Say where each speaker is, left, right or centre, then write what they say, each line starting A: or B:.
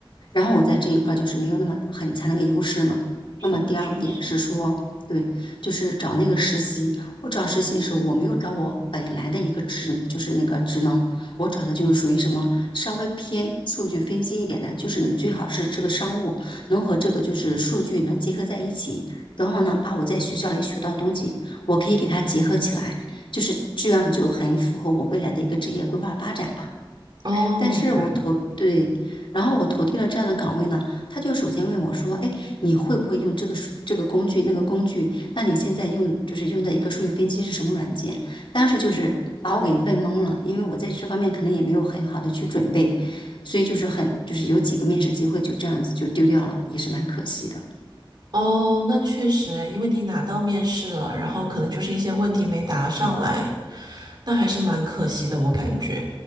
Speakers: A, on the left (about 70°); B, on the right (about 55°).
A: 然后我在这一块儿就是没有那么很强的一个优势嘛。
B: 是的，
A: 那么第二个点是说，
B: 确实。
A: 对，就是找那个实习。我找实习的时候，我没有找我本来的一个职，就是那个职能，我找的就是属于什么稍微偏数据分析一点的，就是你最好是这个商务能和这个就是数据能结合在一起，然后呢，把我在学校里学到的东西，我可以给它结合起来，就是这样就很符合我未来的一个职业规划发展嘛。
B: 哦，
A: 但是我投，
B: 明白了。
A: 对，然后我投递了这样的岗位呢，他就首先问我说，哎，你会不会用这个数这个工具那个工具？那你现在用就是用的一个数据分析是什么软件？当时就是把我给问懵了，因为我在这方面可能也没有很好的去准备，所以就是很就是有几个面试机会就这样子就丢掉了，也是蛮可惜的。
B: 哦，那确实诶，因为你拿到面试了，然后可能就是一些问题没答上来，那还是蛮可惜的，我感觉。